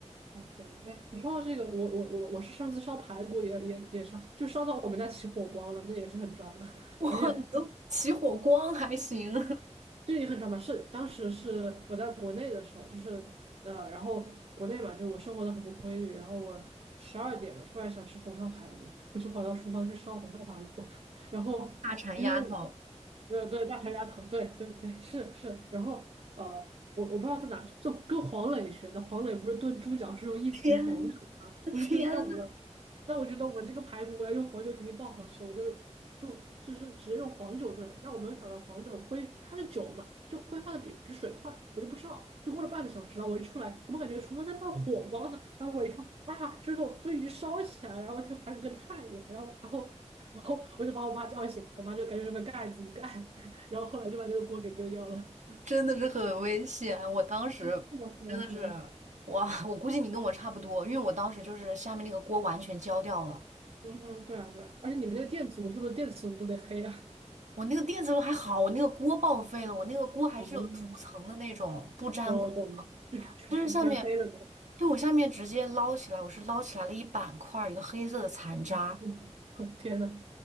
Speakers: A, on the right; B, on the right.
A: 哦天呐，哎，你说到这个，我我我我是上次烧排骨也也也烧，就烧到我们家起火光了，那也是很抓马，
B: <laughs>
A: <laughs>
B: 哇，
A: 而且。
B: 你都起火光还行，<laughs>
A: 这也很常吧，是当时是我在国内的时候，就是呃，然后国内嘛，就是我生活的很不规律，然后我十二点了，突然想吃红烧排骨，我就跑到厨房去烧红烧排骨，<laughs> 然后因为我
B: 大馋丫头，
A: 呃对大排鸭头，对对对是是，然后呃我我不知道在哪，就跟黄磊学的，黄磊不是炖猪脚是用一瓶黄酒吗？
B: 天呐，
A: 我就觉得那我
B: 天呐，
A: 那我觉得我这个排骨我要用黄酒肯定爆好吃，我就就就是直接用黄酒炖的。但我没有想到黄酒挥它是酒嘛，就挥发的比比水快，我就不知道。就过了半个小时，然后我一出来，怎么感觉厨房在冒火光呢？然后我一看，啊，这种都已经烧起来了，然后这个排骨跟炭一样。然后然后然后我就把我妈叫醒，我妈就赶紧用个盖子一盖，<laughs> 然后后来就把这个锅给丢掉了。
B: <laughs> 真的是很危险。我当时
A: 是的，是的，
B: 真的是，
A: 是的。
B: 哇，我估计你跟我差不多，因为我当时就是下面那个锅完全焦掉了，
A: 嗯哼，对啊，对啊。而且你们那个电磁炉是不是电磁炉都得黑啊？
B: 我那个电磁炉还好，我那个锅报废了，我那个锅还是有涂层的那种，
A: 哦，
B: 不粘锅，
A: 我懂，就全全全全黑了都。
B: 就是下面，对，我下面直接捞起来，我是捞起来了一板块儿，一个黑色的残渣，
A: <laughs> 天呐，